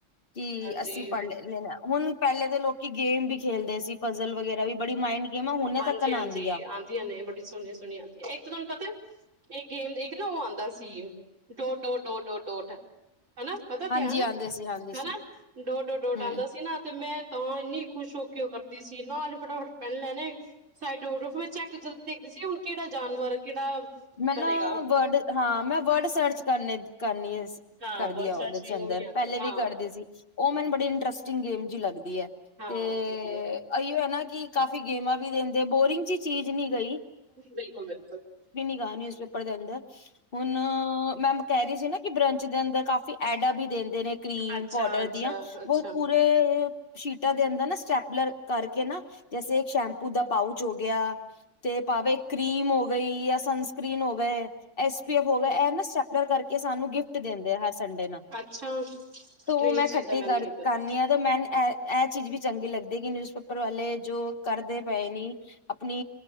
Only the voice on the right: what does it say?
ਹਾਂਜੀ
ਹਾਂਜੀ
ਹਾਂਜੀ
ਆਉਂਦੀਆਂ ਨੇ, ਬੜੀ ਸੋਹਣੀਆਂ ਸੋਹਣੀਆਂ ਆਉਂਦੀਆਂ ਨੇ ਤੁਹਾਨੂੰ ਪਤਾ ਇਹ ਗੇਮ ਇੱਕ ਨਾ ਉਹ ਆਉਂਦਾ ਸੀ, ਡੋ ਡੋ ਡੋ ਡੋ ਡੋਟ ਹੈਨਾ ਪਤਾ
ਤਿਆਨ ਐ,
ਹੈਨਾ
ਡੋ ਡੋ ਡੋ ਡ
ਆਂਦਾ ਸੀ ਨਾ, ਤੇ ਮੈਂ ਤਾਂ ਇਨੀ ਖੁਸ਼ ਹੋ ਕੇ ਉਹ ਕਰਦੀ ਸੀ ਨਾਲ ਈ ਫਟਾਫਟ ਪੈਨ ਲੈਣੇ ਸਾਈਡੋਰ ਰੂਫ ਵਿੱਚ ਚੱਕ ਜਲਦੀ ਦੇਖਦੀ ਸੀ ਹੁਣ ਕਿਹੜਾ ਜਾਨਵਰ ਕਿਹੜਾ
ਬਣੇਗਾ
ਹਾਂ
ਵਰਡ ਸਰਚ
ਵੀ
ਉਹ ਆਉਂਦੇ
ਨੇ
ਹਾਂ
ਹਾਂ
ਉਹ ਵਧੀਆ
ਬਿਲਕੁਲ ਬਿਲਕੁਲ
ਅੱਛਾ
ਅੱਛਾ
ਅੱਛਾ
ਅੱਛਾ
ਨਹੀਂ
ਇਸ
ਚੀਜ਼ ਦਾ ਮੈਨੂੰ
ਨਹੀਂ ਪਤਾ